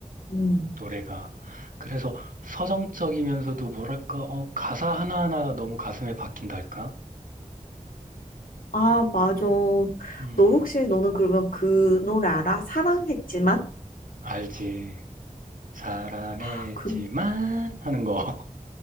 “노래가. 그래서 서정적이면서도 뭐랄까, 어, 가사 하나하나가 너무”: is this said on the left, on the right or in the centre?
Right